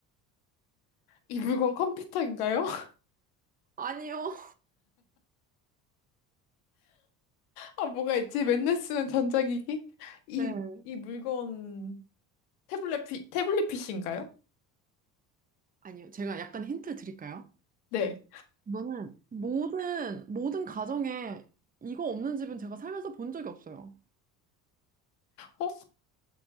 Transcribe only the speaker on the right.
아니요.
네.
아니요. 제가 약간 힌트 드릴까요?
이거는 모든, 모든 가정에 이거 없는 집은 제가 살면서 본 적이 없어요.